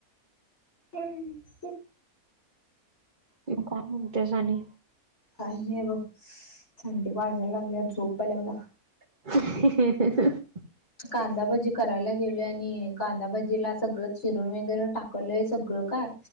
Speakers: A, on the left; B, on the right.
A: हम ह.
B: मग काय म्हणतेस आणि?
A: काही नाही बग थंडी वाजाय लागल्या झोप याय लागल्या.
B: <inaudible>
A: कांदाभजी करायला गेलोय आणि कांदाभजीला सगळं चिरून वगैरे टाकलंय सगळं काय?